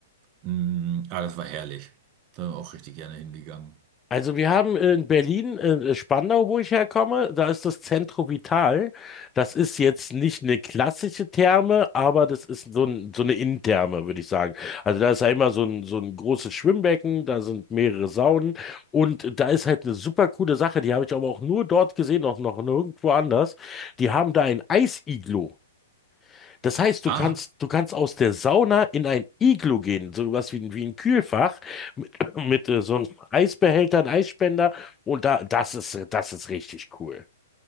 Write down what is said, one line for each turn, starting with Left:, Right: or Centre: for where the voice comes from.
Right: Mm, ah, das war herrlich. Da bin ich auch richtig gerne hingegangen.
Left: Also wir haben in Berlin, äh, äh, Spandau, wo ich herkomme, da ist das Centro Vital. Das ist jetzt nicht eine klassische Therme, aber das ist so, ein, so eine Innentherme, würde ich sagen. Also da ist ja immer so ein, so ein großes Schwimmbecken, da sind mehrere Saunen und da ist halt eine super coole Sache, die habe ich aber auch nur dort gesehen, auch noch nirgendwo anders. Die haben da ein Eisiglo. Das heißt,
Right: Ah,
Left: du kannst, du kannst aus der Sauna in ein Iglu gehen, sowas wie, ein- wie ein Kühlfach mit, <clears throat> mit äh, so einem Eisbehälter, einem Eisspender und da, das ist, äh, das ist richtig cool.